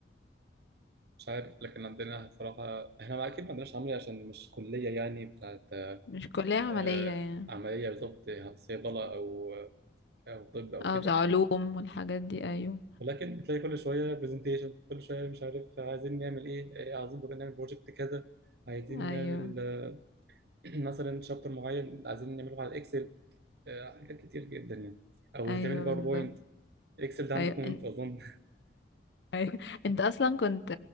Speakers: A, on the right; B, on the left.
A: مش عارف لكن عندنا بصراحة احنا ما- اكيد ما عندناش عملي عشان مش كلية يعني بتاعت
B: مش كلية عملية
A: آه،
B: يعني
A: عملية بالظبط صيدلة او او طب او
B: اه
A: كده
B: بتاع علوم والحاجات دي ايوه
A: ولكن بتلاقي كل شوية برزنتيشن كل شوية مش عارف عايزين نعمل ايه إيه، عايزين بقى نعمل بروجكت كذا عايزين
B: ايوه
A: نعمل آه، <clears throat> مثلا شابتر معين عايزين نعمله على اكسل حاجات كتير جدا يعني او
B: ايوه
A: تعمل باوربوينت
B: بالظبط
A: اكسل ده عندكم
B: ايوه
A: انتوا
B: انت
A: اظن
B: أيوة. انت اصلا كنت